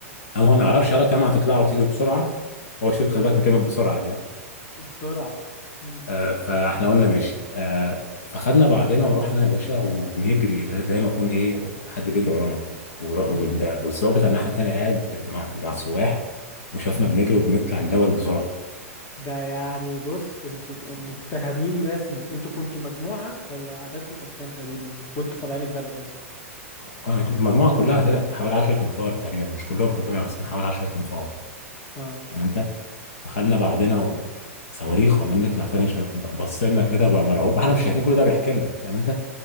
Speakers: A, on the left; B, on the left.
A: او هو ما يعرفش قال لك طالما هتطلعوا وتيجوا بسرعه هو شوف خلي بالك
B: مم.
A: من كلمه بسرعه دي يعني.
B: <laughs> بسرعه مم.
A: آه فاحنا قلنا ماشي آه فخدنا بعضنا ورحنا يا باشا وبنجري زي زي ما يكون ايه حد بيجري ورانا والر- وال-
B: اه
A: والظابط على الناحيه التانيه قاعد مع مع السواح وشافنا بنجري وبنطلع الجبل بسرعه
B: ده يعني بص انتوا م- متهمين رسمي انتوا كنتوا مجموعه ولا عددكم كان كام تقريبا وانتوا طالعين الجبل قصدي
A: كنا- المجموعه كلها طلعت حوالي 10 تنفار تقريبا مش كلهم كلهم يعني بس كان حوالي 10 تنفار
B: اه
A: فاهم انت فخدنا بعضنا وصواريخ عمالين نطلع تاني شا- بص لنا كده بقى مرعوب احنا مش شايفين كل ده بيحكي لنا فاهم انت